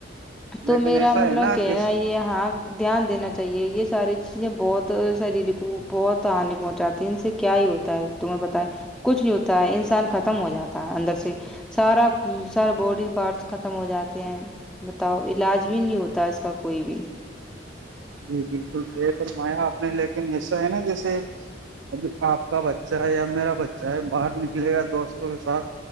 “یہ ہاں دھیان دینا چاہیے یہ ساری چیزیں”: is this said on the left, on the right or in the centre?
Centre